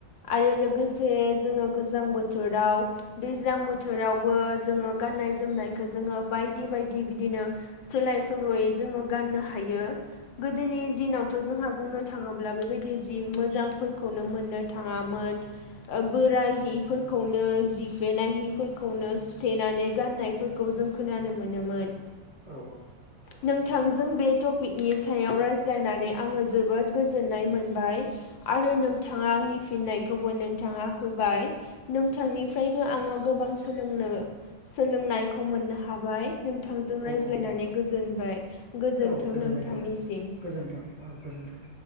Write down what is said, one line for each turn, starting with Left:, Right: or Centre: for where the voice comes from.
Left: आरो लोगोसे जोंङो गोजां बो‌थोराव दैज्लांथोरावबो जोङो गाननाय जोमनाय जोङो बायदि बायदि बिदिनो सोलाय सोल'यै जोङो गाननो हायो। गोदोनि दिनावथ' जोंहा बुंनो थाङोब्ला बेबायदि जि मोजांफोरखौनो मोननो थाङामोन ओ बोराय बिफोर खौनो जिफेनायहिफोरखौनो सुथेनानै गाननायफोरखौ जों खोनानो मोनोमोन।
Right: औ औ।
Left: नों बिथांजों बे टपिकनि सायाव रायज्लायनानै आङो जोबोद गोजोननाय मोनबाय आरो नों बिथाङा आंनि फिननायखौबो नों नोंथाङा होबाय नोंथांनिफ्रायबो आङो गोबां सोलोंनो सोलोंनायखौ मोननो हाबाय नोंथांजों रायज्लायनानै
Right: औ औ
Left: गोजोनबाय। गोजोन्थों
Right: औ गोजोननाय
Left: नोंथांनिसिम।
Right: थाबाय गोजोनथों औ गोजोन्थों